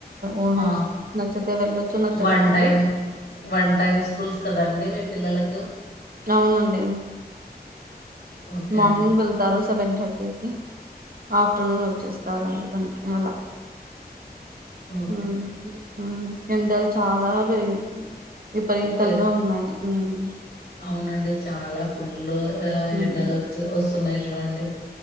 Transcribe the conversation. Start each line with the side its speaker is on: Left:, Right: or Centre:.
Right: ఓన్ హౌస్
Left: ఆ!
Right: నచ్చితె వెళ్ళొచ్చు నచ్చకపోతే
Left: వన్ టైమ్, వన్ టైమ్ స్కూల్స్ కదండీ మీ పిల్లలకు?
Right: అవునండి
Left: ఓకే
Right: మార్ర్నింగ్
Left: అండి.
Right: వెళ్తారు సెవెన్ థర్టీకి ఆఫ్టర్నూన్ వచ్చేస్తారండి మనకి అలా
Left: ఓకే
Right: మ్ మ్ ఎండాలు చాలా <unintelligible> విపరీతంగా
Left: పె
Right: ఉన్నాయి మ్మ్
Left: అవునండి చాలా ఫుల్లు ఆ
Right: ఉమ్
Left: ఎండలొచ్చు వస్తున్నయ్ చూడండి